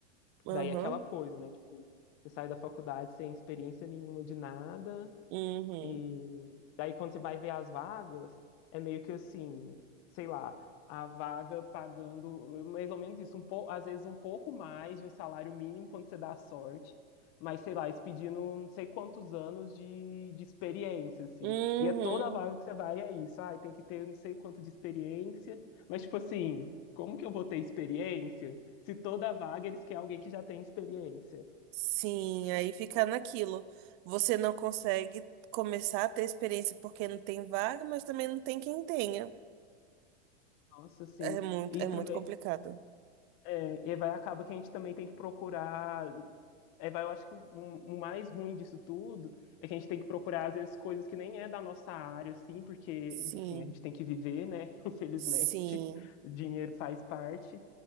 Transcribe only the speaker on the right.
aham,
uhum,
uhum.
Sim, aí fica naquilo. Você não consegue começar a ter experiência porque não tem vaga, mas também não tem quem tenha.
É muito,
é muito
complicado.
Sim,
sim,